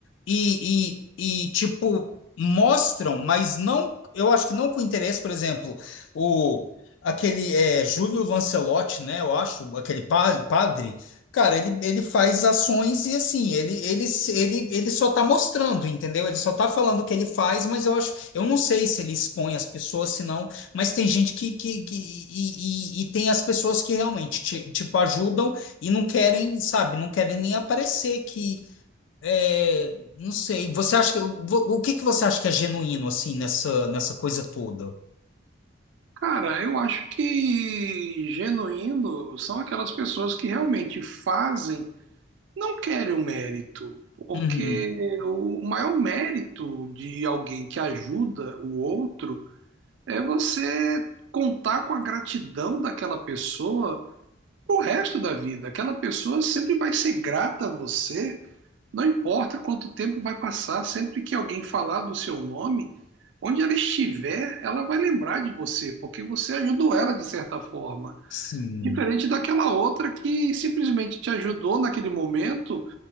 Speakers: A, on the left (about 70°); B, on the right (about 65°).
A: e, e, e, tipo, mostram, mas não. Eu acho que não com interesse, por exemplo, o aquele é, Júlio Lancelotti, né? Eu acho, aquele pa- padre, cara, ele, ele faz ações e assim, ele, ele, ele, ele só tá mostrando, entendeu? Ele só tá falando o que ele faz, mas eu acho, eu não sei se ele expõe as pessoas, se não, mas tem gente que, que, que- e, e, e tem as pessoas que realmente, ti- tipo, ajudam. E não querem, sabe, não querem nem aparecer que, é, não sei, você acha que, vo- o que que você acha que é genuíno, assim, nessa, nessa coisa toda?
B: Cara, eu acho que genuíno são aquelas pessoas que realmente fazem, não querem o mérito, porque
A: Uhum,
B: o maior mérito de alguém que ajuda o outro é você contar com a gratidão daquela pessoa pro resto da vida. Aquela pessoa sempre vai ser grata a você não importa quanto tempo vai passar, sempre que alguém falar do seu nome, onde ela estiver, ela vai lembrar de você, porque você ajudou ela de certa forma.
A: sim.
B: Diferente daquela outra que simplesmente te ajudou naquele momento